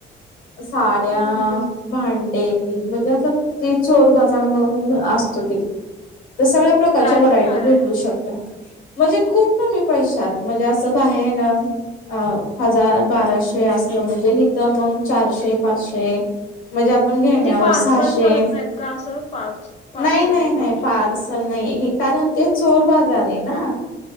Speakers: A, on the left; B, on the left.
A: साड्या,
B: हम्म हम्म
A: भांडे म्हणजे असं ते चोर बाजार म्हणून असतो तिथ तर सगळं प्रकारच्या
B: प्राईस
A: व्हरायटी
B: काय
A: भेटू
B: आहे
A: शकता. म्हणजे खूप कमी पैशात म्हणजे असं बाहेर अं अं हजार बाराशे असलं म्हणजे हितं मग चारशे पाचशे म्हणजे आपण घेण्यावर
B: मग ते पार्सल
A: सहाशे,
B: करत नाहीत का असं पार्स पार्सल
A: नाही नाही
B: हम्म
A: पार्स नाहीये कारण ते चोर बाजार आहेना.